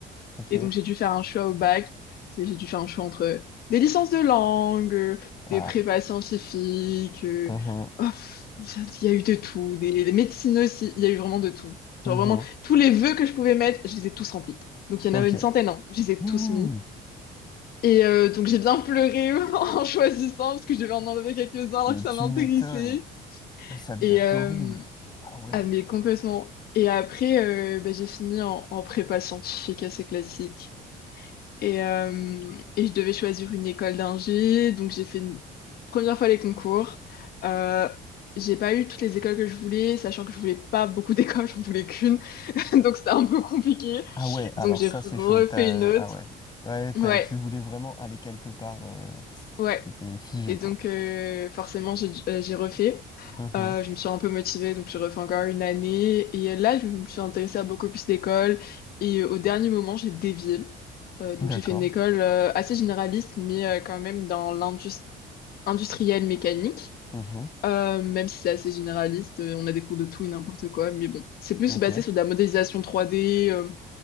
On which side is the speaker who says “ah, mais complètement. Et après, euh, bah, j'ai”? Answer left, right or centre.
Left